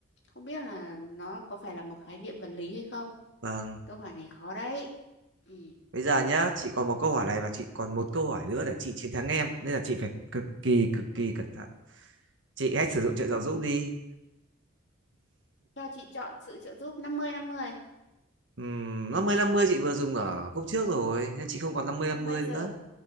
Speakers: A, on the left; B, on the right.
A: không biết là nó có phải là một khái niệm vật lý hay không
B: vâng
A: câu hỏi này khó đấy ừ.
B: bây giờ nhá chị còn một câu hỏi này và chị còn một câu hỏi nữa để chị chiến thắng em nên là chị phải cực kỳ cực kỳ cẩn thận chị hãy sử dụng trợ giáo giúp đi
A: cho chị chọn sự trợ giúp năm mươi năm mươi
B: Uhm, năm mươi năm mươi chị vừa dùng ở khúc trước rồi nên chị không còn năm mươi
A: nhưng
B: năm mươi
A: bây giờ
B: nữa